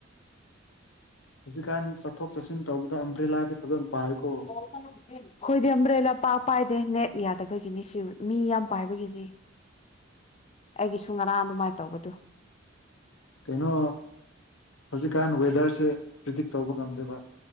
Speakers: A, on the left; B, on the left.
A: ꯍꯧꯖꯤꯛꯀꯥꯟ ꯆꯠꯊꯣꯛ ꯆꯠꯁꯤꯟ ꯇꯧꯕꯗ ꯑꯝꯕ꯭ꯔꯦꯜꯂꯥꯗꯤ ꯐꯖꯟꯅꯥ ꯄꯥꯏꯌꯦꯀꯣ
B: <inaudible> ꯈꯣꯏꯗꯤ ꯑꯝꯕ꯭ꯔꯦꯜꯂ ꯄꯥꯛ ꯄꯥꯏꯗꯦ ꯅꯦꯠ ꯌꯥꯗꯕꯒꯤꯅꯤ ꯁꯤ ꯃꯤ ꯌꯥꯝ ꯄꯥꯏꯕꯒꯤꯅꯤ ꯑꯩꯒꯤꯁꯨ ꯉꯔꯥꯡ ꯑꯗꯨꯃꯥꯏ ꯇꯧꯕꯗꯨ
A: ꯀꯩꯅꯣ ꯍꯧꯖꯤꯛꯀꯥꯟ ꯋꯦꯗꯔꯁꯦ ꯄ꯭ꯔꯤꯗꯤꯛ ꯇꯧꯕ ꯉꯝꯗꯕ